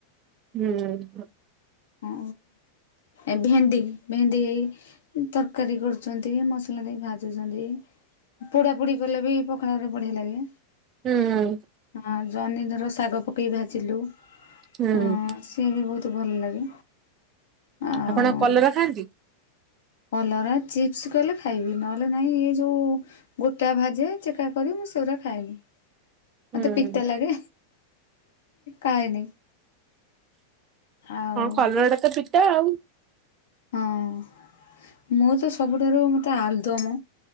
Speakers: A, on the right (about 30°); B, on the left (about 60°).
A: ହୁଁଁ।
B: ଓ ଏ ଭେଣ୍ଡି ଭେଣ୍ଡି ଏଇ ତରକାରୀ କରୁଛନ୍ତି ମସଲା ଦେଇ ଭାଜୁଛନ୍ତି। ପୋଡାପୋଡି କଲେ ବି ପଖାଳରେ ବଢିଆ ଲାଗେ।
A: ହୁଁ।
B: ହଁ ଜନ୍ନି ଧର ଶାଗ ପକେଇ ଭାଜିଲୁ
A: ହୁଁ।
B: ହଁ ସିଏ ବି ବହୁତ ଭଲ ଲାଗେ। ଆଉ
A: ଆପଣ କଲରା ଖାଆନ୍ତି?
B: କଲରା ଚିପ୍ସ କଲେ ଖାଇବି ନହେଲେ ନାହିଁ ଏ ଯଉ ଗୋଟା ଭାଜେ ଚେକା କରି ମୁଁ ସେଗୁରା ଖାଏନି।
A: ହୁଁ
B: ମତେ ପିତା ଲାଗେ ଖାଏନି ଆଉ
A: ହଁ କଲରା ଟା ତ ପିତା ଆଉ।
B: ହଁ ମୁଁ ତ ସବୁଠାରୁ ମୋତେ ଆଳୁଦମ